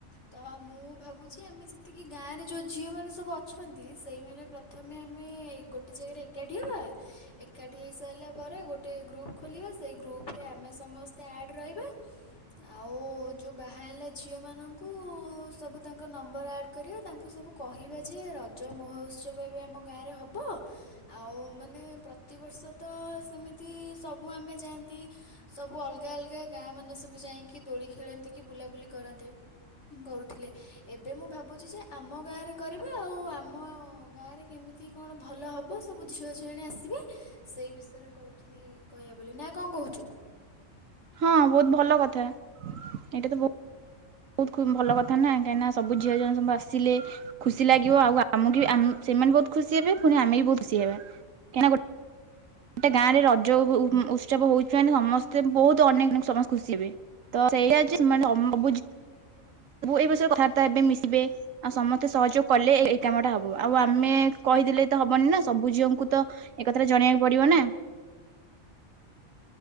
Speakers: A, on the left; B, on the right.
A: ତ ମୁଁ ଭାବୁଛି ଆମେ ଯେତିକି ଗାଁରେ ଯୋଉ ଝିଅ ମାନେ ସବୁ ଅଛନ୍ତି ସେଇମାନେ ପ୍ରଥମେ ଆମେ ଗୋଟେ ଜାଗାରେ ଏକାଠି ହେବା ଏକାଠି ହେଇସାରିଲା ପରେ ଗୋଟେ ଗ୍ରୁପ ଖୋଲିବା ସେଇ ଗ୍ରୁପରେ ଆମେ ସମସ୍ତେ ଆଡ଼୍ ରହିବା ଆଉ ଯୋଉ ବାହା ହେଲା ଝିଅମାନଙ୍କୁ ସବୁ ତାଙ୍କ ନମ୍ବର ଆଡ଼୍ କରିବା ତାଙ୍କୁ ସବୁ କହିବା ଯେ ରଜ ମହୋତ୍ସବ ଏବେ ଆମ ଗାଁରେ ହେବ ଆଉ ମାନେ ପ୍ରତିବର୍ଷ ତ ସେମିତି ସବୁ ଆମେ ଯାଆନ୍ତି ସବୁ ଅଲଗା ଅଲଗା ଗାଁ ମାନେ ସବୁ ଯାଇକି ଦୋଳି ଖେଳାନ୍ତି କି ବୁଲାବୁଲି କରାନ୍ତେ କରୁଥିଲେ ଏବେ ମୁଁ ଭାବୁଛି ଯେ ଆମ ଗାଁରେ କରିବା ଆଉ ଆମ ଗାଁରେ କେମିତି କଣ ଭଲ ହବ ହ ସବୁ ଝିଅ ଝୁଆଣି ଆସିବେ ସେଇ ବିଷୟରେ କହୁଥିଲି କହିବା ବୋଲି ନା କଣ କହୁଛୁ?
B: ହଁ ବହୁତ ଭଲ କଥା ଏଇଟା ତ ବହୁତ। ବହୁତ ଭଲ କଥା ନା କାହିଁକିନା ସବୁ ଝିଅ ଜଣ ସବୁ ଆସିଲେ ଖୁସି ଲାଗିବ ଆଉ ଆମକୁ ଆମ ସେମାନେ ବହୁତ ଖୁସି ହେବେ ପୁଣି ଆମେ ବି ବହୁତ ଖୁସି ହେବା କାହିଁକି ନା ଗୋଟେ ଗାଁ ରେ ରଜ ଉତ୍ସବ ହଉଛି ମାନେ ସମସ୍ତେ ବହୁତ ଅନେକ ସମସ୍ତେ ଖୁସି ହେବେ ତ ସେଇ ସବୁଝିଅ ସମସ୍ତେ ଏ ବିଷୟରେ କଥାବାର୍ତ୍ତା ଏବେ ମିଶିବେ ଆଉ ସମସ୍ତେ ସହଯୋଗ କଲେ ଏଇ କାମଟା ହବ ଆଉ ଆମେ କହିଦେଲେ। ତ ହବନି ନା ସବୁଝିଅଙ୍କୁ ତ ଏକଥା ଜଣେଇକୁ ପଡ଼ିବ ନା।